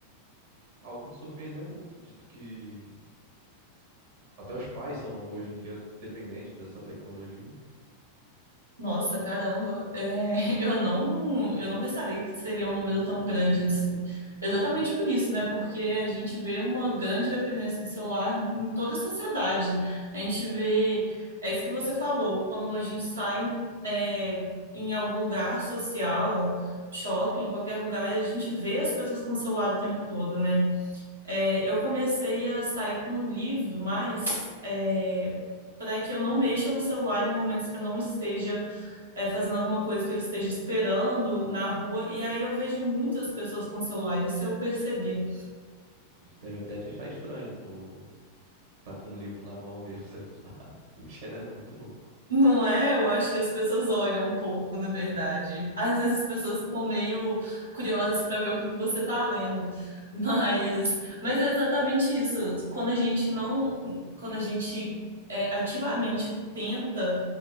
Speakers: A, on the right; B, on the right.
A: Algo que me surpreendeu muito, dito que até os pais são hoje em dia dependentes dessa tecnologia.
B: Nossa, caramba, É, <laughs> eu não, eu não pensaria que seria um número tão grande assim. Exatamente por isso, né? Porque a gente vê uma grande dependência do celular em toda a sociedade. A gente vê, é isso que você falou, quando a gente sai, é, em algum lugar social, shopping, qualquer lugar, a gente vê as pessoas com o celular o tempo todo, né? É, eu comecei a sair com um livro, mas é, para que eu não mexa no celular em momentos que eu não esteja é, fazendo alguma coisa que eu esteja esperando na rua, e aí eu vejo muitas pessoas com celular, isso eu percebi.
A: Eles devem até te achar estranho, pô. tá com um livro na mão em vez de um celular, <laughs> o que é muito louco.
B: Não é? Eu acho que as pessoas olham um pouco, na verdade. Às vezes as pessoas ficam meio curiosas para ver o que que você está lendo, mas, mas é exatamente isso. Quando a gente não, quando a gente é, ativamente tenta